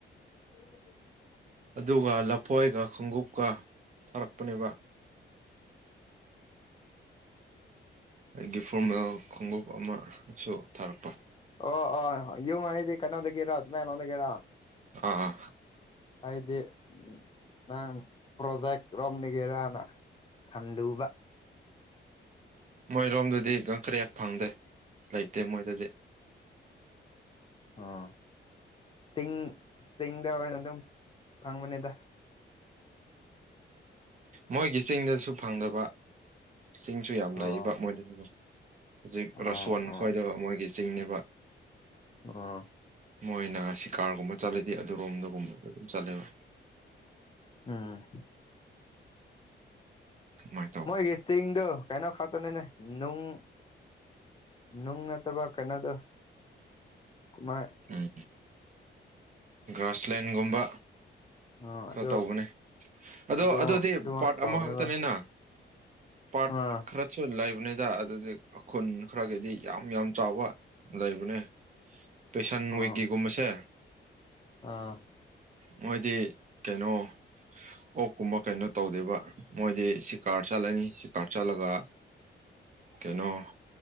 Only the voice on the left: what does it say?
ꯑꯟꯑꯣꯗꯤꯕꯜ
ꯑꯣ ꯑꯣ ꯌꯨꯝ ꯍꯥꯏꯗꯤ ꯀꯩꯅꯣꯗꯒꯤꯔ ꯇꯃꯦꯡꯂꯣꯡꯗꯒꯤꯔ
ꯑꯩꯗꯤ ꯅꯪ ꯄ꯭ꯔꯣꯖꯦꯛ ꯔꯣꯝꯗꯒꯤꯔꯥꯅ ꯈꯥꯜꯂꯨꯕ
ꯑꯣ ꯆꯤꯡ ꯆꯤꯡꯗ ꯑꯣꯏꯅ ꯑꯗꯨꯝ ꯐꯪꯕꯅꯤꯗ
ꯑꯣ
ꯑꯣ
ꯑꯣ
ꯑꯣ
ꯎꯝ
ꯃꯣꯏꯒꯤ ꯆꯤꯡꯗꯣ ꯀꯩꯅꯣ ꯈꯠꯇꯅꯤꯅꯦ ꯅꯨꯡ ꯅꯨꯡ ꯅꯠꯇꯕ ꯀꯩꯅꯣꯗꯣ ꯑꯃ
ꯑ
ꯑꯗꯨ
ꯑꯗꯨ
ꯑꯗꯨ
ꯇꯧꯕꯅꯦꯕ
ꯑꯥ
ꯑꯥ
ꯑꯥ